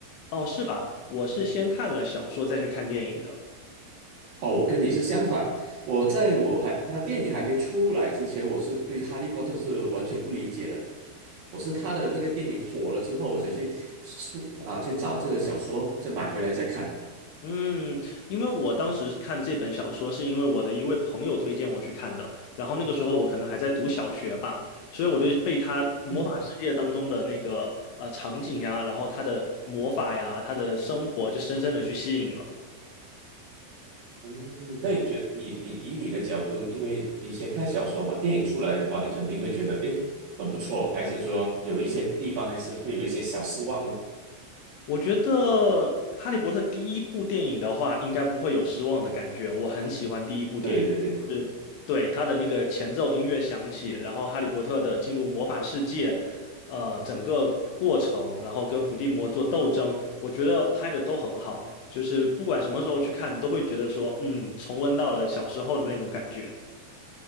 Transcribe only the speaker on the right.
哦，我跟你是相反，我在我还他电影还没出来之前，我是对《哈利波特》是完全不理解的。我是他的那个电影火了之后，我才去出啊去找这个小说，再买回来再看。
<laughs>
嗯，那你觉你你以你的角度，因为你先看小说嘛，电影出来的话，你肯定会觉得诶很不错，还是说有一些地方还是会有一些小失望呢？
对对对，